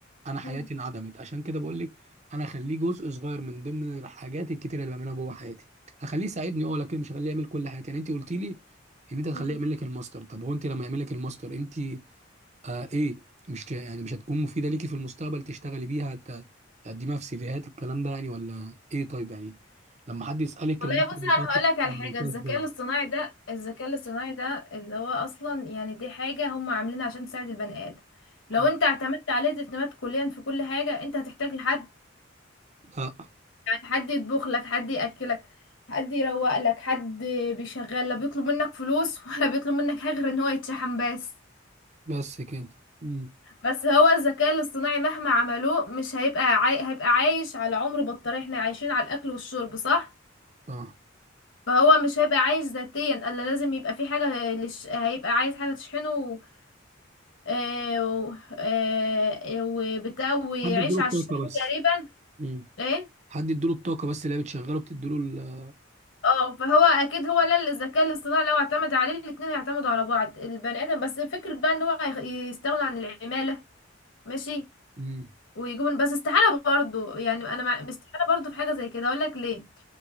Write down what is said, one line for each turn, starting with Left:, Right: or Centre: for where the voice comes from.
Right: انا حياتي
Left: مم.
Right: انعدمت عشان كده بقول لك انا اخليه جزء صغير من ضمن الحاجات الكتيره اللي بعملها جوه حياتي هخليه يساعدني اه لكن مش هخليه يعمل كل حياتي يعني انت قلتي لي ان انت هتخليه
Left: مم.
Right: يعمل لك الماستر طب هو انت لما يعمل لك الماستر انت آه ايه مش يعني مش هتكون مفيده ليكي في المستقبل تشتغلي بيها ت- تقدميها في سيفيهات الكلام ده يعني ولا ايه طيب يعني لما حد يسالك
Left: والله
Right: المنطق
Left: بصي
Right: بتاعتك
Left: انا هقول لك على
Right: أنا
Left: حاجه
Right: عملتها
Left: الذكاء
Right: ازاي
Left: الاصطناعي ده الذكاء الاصطناعي ده اللي هو اصلا يعني دي حاجه هم عاملينها عشان تساعد البني ادم
Right: حاجة-
Left: لو انت اعتمدت عليه اعتماد كليا في كل حاجه انت هتحتاج لحد
Right: لا
Left: يعني حد يطبخ لك حد ياكلك حد يروق لك حد بيشغل لا بيطلب منك فلوس <laughs> ولا بيطلب منك حاجه غير ان هو يتشحن بس
Right: بس كده امم
Left: بس هو الذكاء الاصطناعي مهما عملوه مش هيبقى عاي... هيبقى عايش على عمر بطارية احنا عايشين على الاكل والشرب صح
Right: صح
Left: فهو مش هيبقى عايش ذاتيا الا لازم يبقى في حاجه لش... هيبقى عايز حاجه تشحنه و... آه، و... آه، آه، وبتاع ويعيش
Right: حد يديله
Left: على
Right: الطاقه
Left: الشحن
Right: بس
Left: تقريبا
Right: امم
Left: ايه
Right: حد يديله الطاقه بس اللي هي بتشغله بتديله ال...
Left: اه فهو اكيد هو لا الذكاء الاصطناعي لو اعتمد عليه الاتنين هيعتمدوا على بعض البني ادم بس فكرة بقى ان هو هيخ- يستغنوا عن العمالة ماشي
Right: امم
Left: ويجيبوا بس استحالة برضو يعني انا مع... استحالة برضو في حاجة زي كده اقول لك ليه